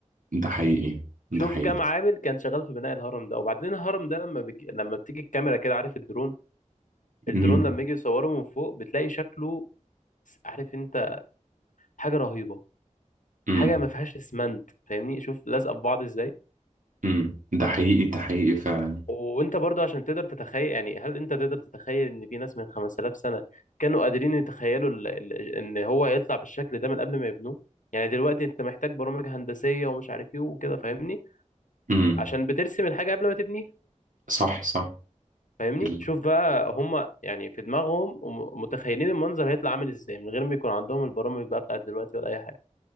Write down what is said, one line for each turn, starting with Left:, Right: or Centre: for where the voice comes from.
Right: ده حقيقي
Left: شوف
Right: ده حقيقي
Left: كم عامل كان شغال في بناء الهرم ده وبعدين الهرم ده لما بيجي... لما بتيجي الكاميرا كده عارف الدرون الدرون
Right: مم.
Left: لما يجي يصوره من فوق بتلاقي شكله عارف انت حاجة رهيبة
Right: امم
Left: حاجة ما فيهاش اسمنت فاهمني شوف لازقة في بعض ازاي
Right: امم ده حقيقي ده حقيقي فعلا
Left: وانت برضو عشان تقدر تتخيل يعني هل انت تقدر تتخيل ان في ناس من 5000 سنة كانوا قادرين يتخيلوا ال... ال... ان هو يطلع بالشكل ده من قبل ما يبنوه يعني دلوقتي انت محتاج برامج هندسية ومش عارف ايه وكده فاهمني
Right: امم
Left: عشان بترسم الحاجة قبل ما تبنيها
Right: صح صح
Left: فاهمني
Right: ال...
Left: شوف بقى هم يعني في دماغهم وم- متخيلين المنظر هيطلع عامل ازاي من غير ما يكون عندهم البرامج بقى بتاعت دلوقتي ولا اي حاجة